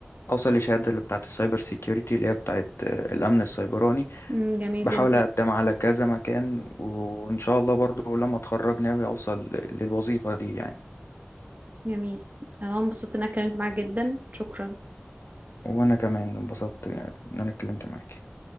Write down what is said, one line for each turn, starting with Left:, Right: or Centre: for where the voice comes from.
Left: اوصل لشهاده اللي بتاعت السايبر سيكيورتي اللي هي بتاعت آه، الامن السيبراني
Right: مم، جميل
Left: بحاول
Right: جدا
Left: اقدم على كذا مكان وان شاء الله برضو لما اتخرج ناوي اوصل للوظيفه دي يعني
Right: جميل انا انبسطت ان انا اتكلمت معاك جدا شكرا
Left: وانا كمان انبسطت ان انا اتكلمت معاك